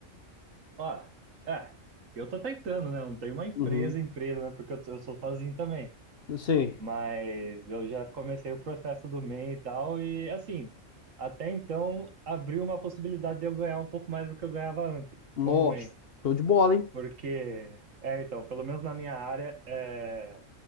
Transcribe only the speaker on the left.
Uhum.
Não sei.
Nossa,
show de bola, hein?